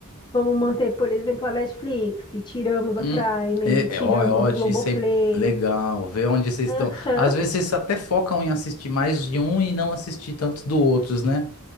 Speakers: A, on the left; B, on the left.
A: Vamos manter, por exemplo, a Netflix, e tiramos a
B: hum.
A: Prime,
B: É,
A: e tiramos
B: é, ó, é ótimo,
A: o Globoplay.
B: isso é legal. Ver onde vocês
A: Aham.
B: estão. Às vezes vocês até focam em assistir mais de um e não assistir tanto do outros, né?